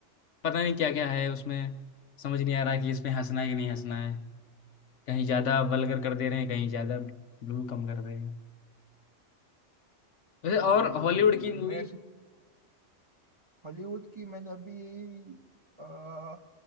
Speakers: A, on the left; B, on the right.
A: पता नहीं क्या क्या है उसमें समझ नहीं आ रहा कि इसमें हंसना है कि नहीं हंसना है कहीं ज्यादा वल्गर कर दे रहे हैं कहीं
B: जी
A: ज्यादा ब्लू कम कर दे रहे हैं वैसे
B: जी,
A: और
B: बिल्कुल
A: हॉलीवुड
B: जी बिल्कुल
A: की मूवी
B: मैं हॉलीवुड की मैंने अभी आ,